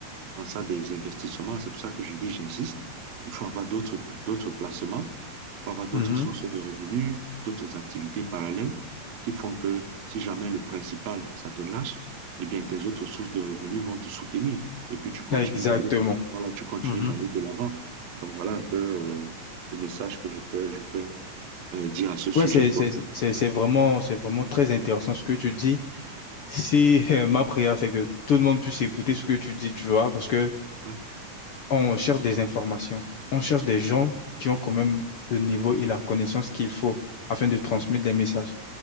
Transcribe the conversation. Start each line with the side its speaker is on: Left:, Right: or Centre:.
Right: en ça des investissements. C'est pour ça que je dis, j'insiste, il faut avoir d'autres, d'autres placements, il faut avoir d'autres
Left: Mhm.
Right: sources de revenus, d'autres activités parallèles qui font que si jamais le principal, ça te lâche, eh bien, tes autres sources de revenus vont te soutenir. Et puis, tu continues
Left: Exactement.
Right: d'aller, voilà, tu continues
Left: Mhm.
Right: d'aller de l'avant. Donc, voilà un peu euh, le message que je peux, je peux euh, dire à ce sujet,
Left: Ouais, c'est,
Right: quoi.
Left: c'est, c'est, c'est vraiment, c'est vraiment très intéressant ce que tu dis. Si <laughs> ma prière, c'est que tout le monde puisse écouter ce que tu dis, tu vois, parce que
Right: Ouais.
Left: on cherche des informations. On cherche des gens qui ont quand même le niveau et la connaissance qu'il faut afin de transmettre des messages.